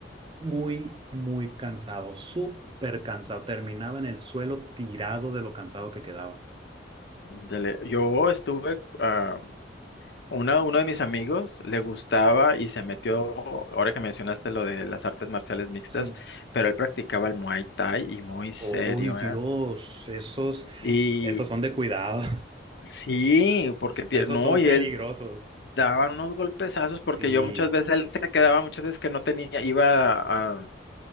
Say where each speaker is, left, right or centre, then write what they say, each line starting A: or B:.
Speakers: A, on the right (about 25°); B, on the left (about 65°).
A: muy, muy cansado, súper cansado, terminaba en el suelo tirado de lo cansado que quedaba.
B: Dale, Yo estuve, ah, una- uno de mis amigos le gustaba y se metió, ahora que mencionaste lo de las artes marciales mixtas,
A: Sí.
B: pero él practicaba el Muay Thai y muy serio,
A: Uy, Dios,
B: ¿eh?
A: esos,
B: Y
A: esos son de cuidado,
B: sí, porque
A: <laughs>
B: tie-
A: esos
B: no,
A: son
B: y
A: peligrosos.
B: él daba unos golpezazos
A: Sí.
B: porque yo muchas veces él se quedaba muchas veces que no tenía, iba a,